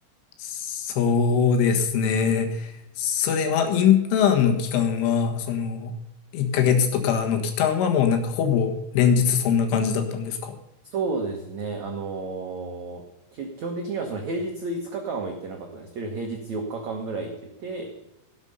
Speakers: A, on the left (about 80°); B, on the right (about 75°).
A: そうですね。それは、インターンの期間は、その、1ヶ月とかの期間はもうなんかほぼ連日そんな感じだったんですか
B: うんそうですね。あのーけ基本的にはその平日5日間は行ってなかったんですけど、平日4日間ぐらい行ってて、